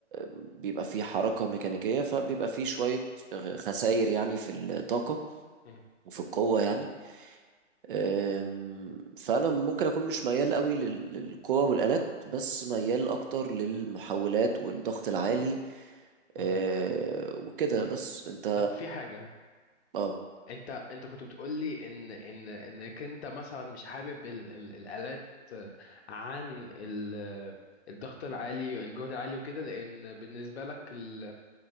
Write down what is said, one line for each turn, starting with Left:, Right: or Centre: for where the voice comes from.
Right: بيبقى فيه حركة ميكانيكية فبيبقى فيه شوية خسائر يعني في الطاقة
Left: مم.
Right: وفي القوة يعني أم، فأنا ممكن أكون مش ميال قوي لل- للقوة والآلات بس ميال أكتر للمحولات والضغط العالي
Left: مم.
Right: أه، وكده بس أنت
Left: طب في حاجة
Right: اه
Left: انت انت كنت بتقول لي ان ان انك انت مثلا مش حابب ال ال الالات آه، عن ال آه، الضغط العالي الجهد العالي وكده لان بالنسبه لك ال